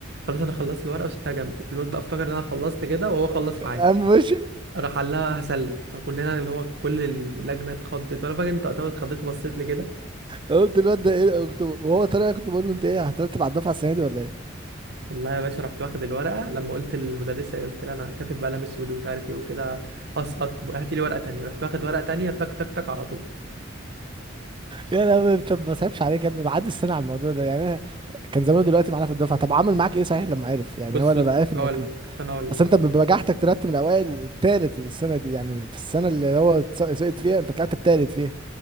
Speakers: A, on the right (about 60°); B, on the right (about 25°).
A: خلاص انا خلصت الورقه وسبتها جنبي الواد بقى افتكر ان انا خلصت كده وهو خلص معايا
B: قام مشي
A: راح قال لها هسلم فكلنا اللي هو كل اللجنه اتخضت وانا فاكر انت وقتها اتخضيت وبصيت لي كده
B: قلت الواد ده ايه كنت وهو طالع كنت بقول له انت ايه هترتب على الدفعة السنة دي ولا ايه
A: والله يا باشا رحت واخد الورقه لما قلت للمدرسه قلت لها انا كاتب بقلم اسود ومش عارف ايه وكده اسقط هاتي لي ورقه تانية رحت واخد ورقه تانية تك تك تك على طول
B: يا لهوي طب ما سايبش عليك يا ابني بعد السنة على الموضوع ده يعني أنا كان زمانه دلوقتي معانا في الدفعة طب عمل معاك ايه صحيح لما عرف يعني
A: بص
B: هو لما
A: بص
B: عرف
A: بص
B: انك
A: هقول
B: ن-
A: لك انا هقول لك
B: اصل انت بنجاحتك طلعت من الاوائل التالت السنة دي يعني في السنة اللي هو اتس- سقط فيها انت طلعت التالت فيها